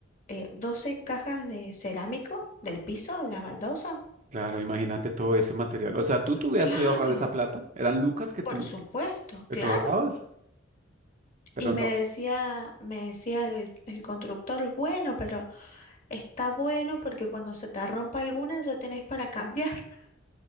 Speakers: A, on the left; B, on the right.
A: eh, 12 cajas de cerámico del piso, de las baldosas.
B: Claro, imagínate todo ese material. O sea, tú, tú hubieras
A: Claro,
B: podido ahorrar esa plata. Eran lucas que tú,
A: por supuesto,
B: que
A: claro.
B: tú ahorrabas, pero
A: Y me
B: no.
A: decía, me decía el, el constructor, bueno, pero está bueno porque cuando se te rompa alguna ya tenés para cambiar, <laughs>